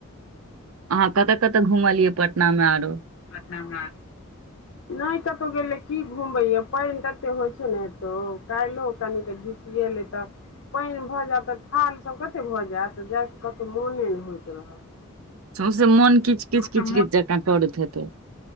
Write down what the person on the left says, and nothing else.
नगा नय कतौ गेले की घुमबे या पानि तते होय छै ने एतौ काल्हिो कनिक झीसी एले त पानि भ जायत त थाल सब कते भ जायत जाय के कतो मोने ने होइत रहत
सबके